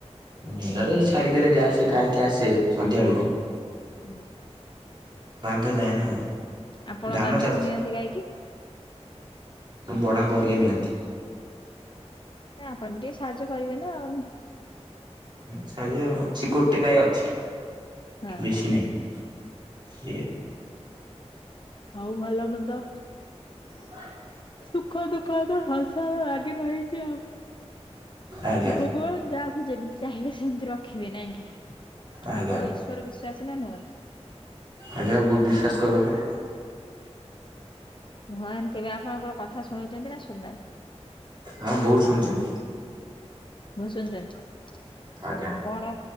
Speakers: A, on the right; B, on the left.
A: ବିଲ ରେ ଛାଡିିଦେଲେ ଯାଇ ସେ ଖାଇକି ଆସେ ସନ୍ଧ୍ୟା ବେଳକୁ।
B: ହୁଁ।
A: ବାନ୍ଧା ଯାଏନା ଆଉ।
B: ଆପଣ
A: ଧାନ
B: ବାନ୍ଧିବାକୁ
A: ଚାଷ
B: ନିଅନ୍ତି ଗାଈ କି?
A: ବଡ଼ ବାପ ହେରୀକା ନିଅନ୍ତି।
B: ନା ଆପଣ ବି ଟିକେ ସାହାଯ୍ୟ କରିବେ ନା ଆଉ।
A: ଚ୍ଛା ଯେ ଅଛି ଗୋଟେ ଗାଈ ଅଛି।
B: ହଁ।
A: ବେଶୀ ନାହିଁ। <inaudible>
B: ହଉ ଭଲ ମନ୍ଦ?
A: <inaudible>
B: ସୁଖ ଦୁଃଖ ତ ସଂସାର ଲାଗି ରହିଛି ଆଉ
A: ଆଜ୍ଞା
B: ଭଗବାନ ଯାହାକୁ ଯେମିତି ଚାହିଁବେ ସେମିତି ରଖିବେ ନାଇଁ କି
A: ଆଜ୍ଞା
B: ଆପଣ ଈଶ୍ଵର ବିଶ୍ଵାସି? ସି ନା ନୁହନ୍ତି?
A: ଆଜ୍ଞା ବହୁତ ବିଶ୍ଵାସ କରୁ ଆମେ
B: ଭଗବାନ୍ ଆପଣଙ୍କର କଥା ଶୁଣିଛନ୍ତି ନା ଶୁଣିନାହାନ୍ତି।
A: ହଁ ବହୁତୁ ଶୁଣିଚନ୍ତି।
B: ବହୁତ ଶୁଣଚନ୍ତି,
A: ଆଜ୍ଞା
B: କଣ